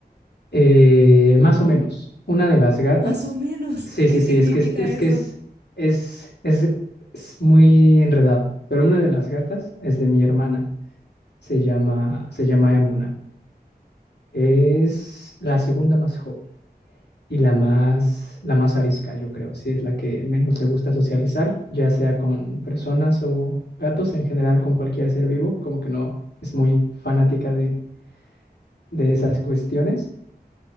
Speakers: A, on the left; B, on the right.
A: Eh, más o menos. Una de las gatas.
B: Más o menos,
A: Sí,
B: <laughs> ¿qué
A: sí, sí,
B: significa
A: es que es, es
B: eso?
A: que es, es, es, es muy enredado. Pero una de las gatas es de mi hermana. Se llama, se llama Emuna. Es la segunda más joven y la más, la más arisca, yo creo. Sí, es la que menos le gusta socializar, ya sea con personas o gatos, en general con cualquier ser vivo, como que no es muy fanática de, de esas cuestiones.